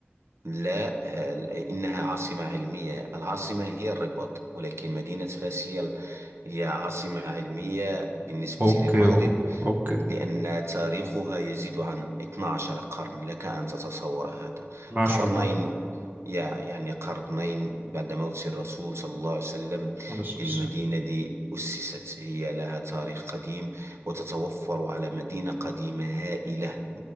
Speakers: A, on the right (about 85°); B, on the right (about 50°).
A: لا هل- إنها عاصمة علمية العاصمة هي الرباط ولكن مدينة فاس هي ال- هي عاصمة علمية بالنسبة
B: اوكي
A: للمغرب
B: اوكي
A: لأن تاريخها يزيد عن 12 قرن لك أن تتصور هذا
B: ما
A: قرنين
B: شاء الله
A: يا يعني قرنين بعد موت الرسول صلى الله عليه وسلم
B: على أساس-
A: المدينة دي أسست هي لها تاريخ قديم وتتوفر على مدينة قديمة هائلة